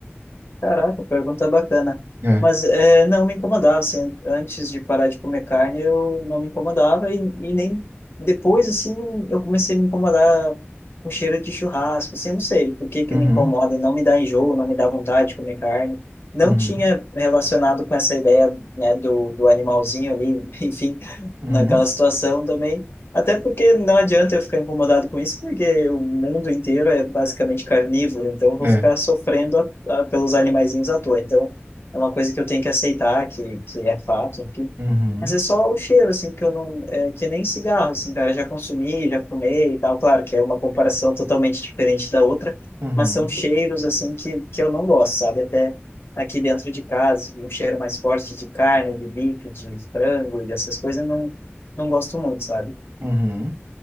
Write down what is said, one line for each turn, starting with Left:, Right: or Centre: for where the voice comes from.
Left: Caraca, pergunta bacana.
Right: É.
Left: Mas é, não me incomodava, assim, antes de parar de comer carne, eu não me incomodava e, e nem depois, assim, eu comecei a me incomodar com o cheiro de churrasco, assim, eu não sei por que que
Right: Uhum,
Left: me incomoda, não me dá enjoo, não me dá vontade de comer carne. Não
Right: uhum,
Left: tinha relacionado com essa ideia, né, do, do animalzinho ali, <laughs> enfim,
Right: uhum,
Left: naquela situação também. Até porque não adianta eu ficar incomodado com isso, porque o mundo inteiro é basicamente carnívoro, então eu vou
Right: é.
Left: ficar sofrendo ah, pelos animaizinhos à toa. Então, é uma coisa que eu tenho que aceitar, que, que é fato, enfim.
Right: Uhum,
Left: Mas é só o cheiro, assim, porque eu não. É, que nem cigarro, assim, cara. Já consumi, já fumei e tal. Claro que é uma comparação totalmente diferente da outra,
Right: uhum,
Left: mas são cheiros, assim, que, que eu não gosto, sabe? Até aqui dentro de casa, assim, um cheiro mais forte de carne, de bife, de frango e essas coisas, eu não, não gosto muito, sabe?
Right: uhum.